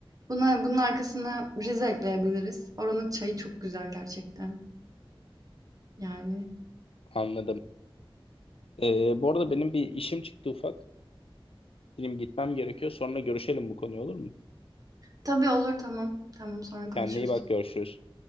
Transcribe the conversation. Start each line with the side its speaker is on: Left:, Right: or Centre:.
Right: Buna, bunun arkasına Rize ekleyebiliriz. Oranın çayı çok güzel gerçekten. Yani.
Left: anladım. Ee, bu arada benim bir işim çıktı ufak. Benim gitmem gerekiyor. Sonra görüşelim bu konuyu olur mu?
Right: Tabii olur tamam. Tamam sonra
Left: Kendine
Right: konuşuruz.
Left: iyi bak görüşürüz.